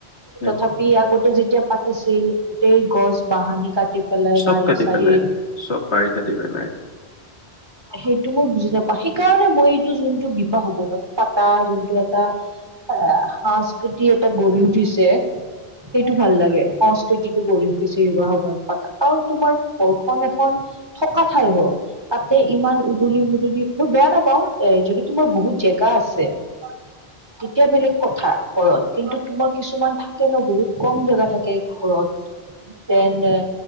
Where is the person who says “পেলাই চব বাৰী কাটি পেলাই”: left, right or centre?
Left